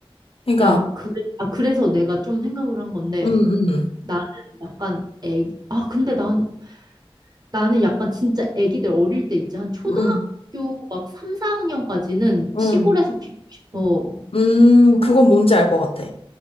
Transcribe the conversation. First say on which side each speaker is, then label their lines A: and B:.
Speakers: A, on the left (about 70°); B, on the right (about 45°).
A: 그러니까,
B: 야, 그래, 아, 그래서 내가 좀 생각을 한 건데
A: 응응
B: 나는 약간 애기, 아, 근데 난, 나는 약간 진짜 애기들 어릴 때 있지. 한 초등학교
A: 응
B: 막 3, 4학년까지는
A: 응
B: 시골에서 키우고 싶어.
A: 응 그건 뭔지 알 것 같아.